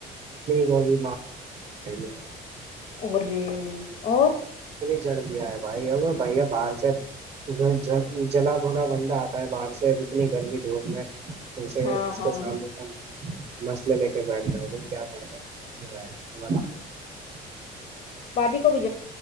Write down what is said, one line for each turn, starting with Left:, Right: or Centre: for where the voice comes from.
Right: ماں بھی <inaudible>
Left: اوہ اور
Right: بندہ آج دوپہر کو باہر سے آتا ہے۔ اپنے
Left: ہاں
Right: مسائل
Left: ہاں ہاں
Right: کے ساتھ اس کے سامنے بیٹھیں۔
Left: باقی بھی